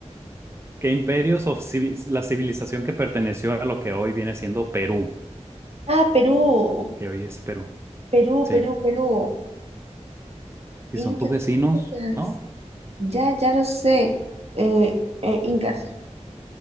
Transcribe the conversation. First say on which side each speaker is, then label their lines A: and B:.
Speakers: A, on the right; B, on the right.
A: ¿Qué imperios o civi- la civilización que perteneció a lo que hoy viene siendo Perú,
B: Ah, Perú,
A: que hoy es Perú?
B: Perú,
A: Sí,
B: Perú, Perú.
A: si
B: Incas.
A: son tus vecinos,
B: Incas.
A: ¿no?
B: Ya, ya lo sé. Eh, eh, Incas.